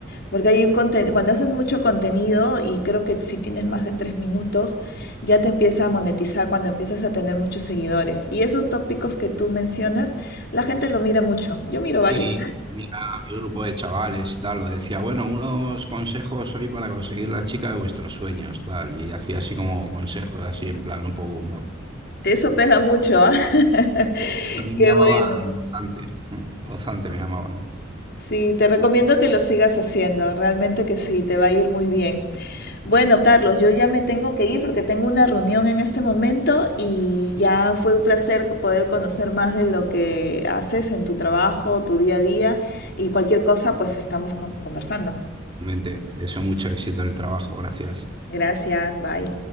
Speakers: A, on the left; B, on the right.
A: Porque hay un conten- cuando haces mucho contenido y creo que si tienes más de tres minutos, ya te empieza a monetizar cuando empiezas a tener muchos seguidores. Y esos tópicos que tú mencionas, la gente lo mira mucho. Yo miro varios.
B: Y tenía mi grupo de chavales y tal, lo decía, bueno, unos consejos hoy para conseguir la chica de vuestros sueños, tal, y hacía así como consejos, así en plan un poco humor.
A: Eso pega mucho, ¿ah? <laughs>
B: A mí
A: Qué
B: me llamaban
A: bueno.
B: gozante, mm, gozante me llamaban,
A: Sí, te recomiendo que lo sigas haciendo. Realmente que sí, te va a ir muy bien. Bueno, Carlos, yo ya me tengo que ir porque tengo una reunión en este momento y ya fue un placer poder conocer más de lo que haces en tu trabajo, tu día a día y cualquier cosa, pues estamos con- conversando.
B: realmente. Deseo mucho éxito en el trabajo, gracias.
A: Gracias, bye.